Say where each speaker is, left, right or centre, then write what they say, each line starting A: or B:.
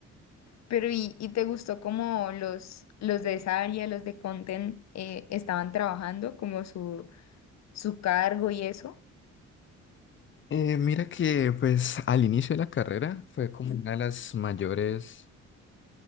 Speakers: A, on the left (about 60°); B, on the left (about 40°).
A: Pero y, y te gustó cómo los, los de esa área, los de content, eh, estaban trabajando, como su su cargo y eso.
B: Eh, mira que pues al inicio de la carrera fue como una de las mayores